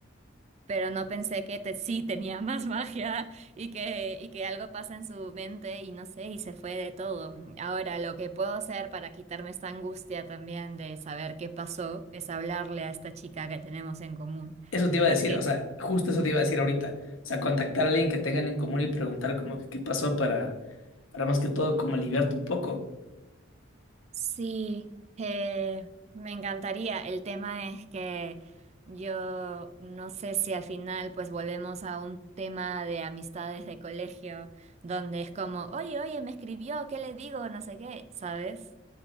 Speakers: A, on the right (about 35°); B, on the left (about 85°).
A: pero no pensé que te- sí tenía más magia y que, y que algo pasa en su mente y no sé, y se fue de todo. Ahora, lo que puedo hacer para quitarme esta angustia también de saber qué pasó es hablarle a esta chica que tenemos en común.
B: Eso te iba
A: Porque
B: a decir, o sea, justo eso te iba a decir ahorita. O sea, contactar a alguien que tengan en común y preguntar como que qué pasó para, para más que todo como aliviarte un poco.
A: sí, eh, me encantaría. El tema es que yo no sé si al final pues volvemos a un tema de amistades de colegio donde es como, oye, oye, me escribió, ¿qué le digo? No sé qué, ¿sabes?